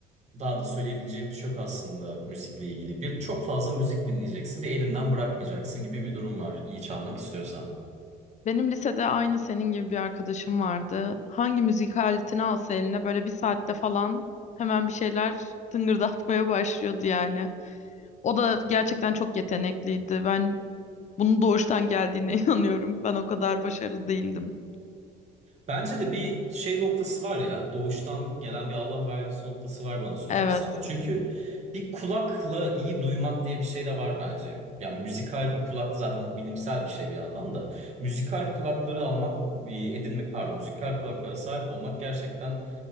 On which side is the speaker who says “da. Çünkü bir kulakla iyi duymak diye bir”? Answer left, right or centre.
Right